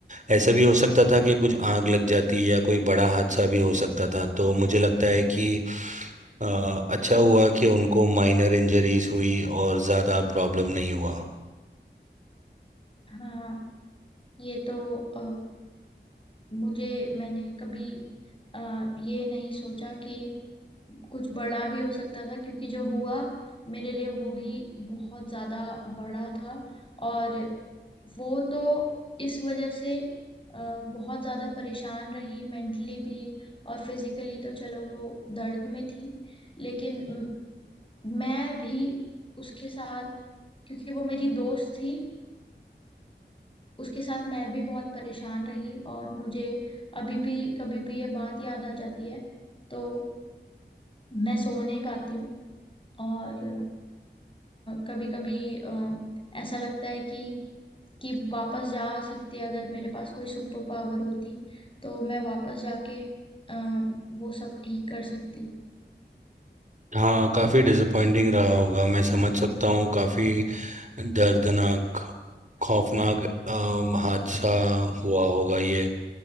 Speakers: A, on the right; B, on the left.
A: ऐसा भी हो सकता था कि कुछ आग लग जाती या कोई बड़ा हादसा भी हो सकता था तो मुझे लगता है कि अ, अच्छा हुआ कि उनको माइनर इंजरीज हुई और ज़्यादा प्रॉब्लम नहीं हुआ
B: हाँ ये तो मुझे मैंने कभी आ, ये नहीं सोचा कि कुछ बड़ा भी हो सकता था क्योंकि जो हुआ मेरे लिए वो ही बहुत ज्यादा बड़ा था और वो तो इस वजह से आ, बहुत ज्यादा परेशान रही मेंटली भी और फिजिकली तो चलो वो दर्द में थी लेकिन म, मैं भी उसके साथ क्योंकि वो मेरी दोस्त थी उसके साथ मैं भी बहुत परेशान रही और मुझे अभी भी कभी भी ये बात याद आ जाती है तो मैं सो नहीं पाती हूँ और कभी कभी ऐसा लगता है कि कि वापस जा सकती अगर मेरे पास कोई सुपर पावर होती तो मैं वापस जाके अ, वो सब ठीक कर सकती
A: हाँ काफ़ी डिसअपॉइंटिंग रहा होगा मैं समझ सकता हूँ काफ़ी दर्दनाक खौफनाक अम, हादसा हुआ होगा ये